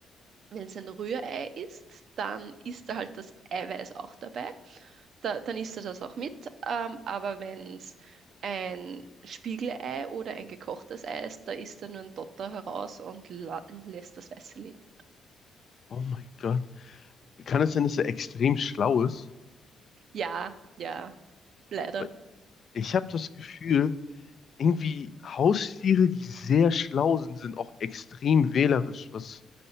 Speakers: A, on the right; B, on the left.
A: wenn es ein Rührei ist, dann ist da halt das Eiweiß auch dabei. Da, dann isst er das auch mit. Ähm, aber wenn es ein Spiegelei oder ein gekochtes Ei ist, da isst er nur ein Dotter heraus und la lässt das Weiße liegen.
B: Oh mein Gott. Kann es sein, dass er extrem schlau ist?
A: Ja, ja, leider.
B: Weil ich habe das Gefühl, irgendwie Haustiere, die sehr schlau sind, sind auch extrem wählerisch, was,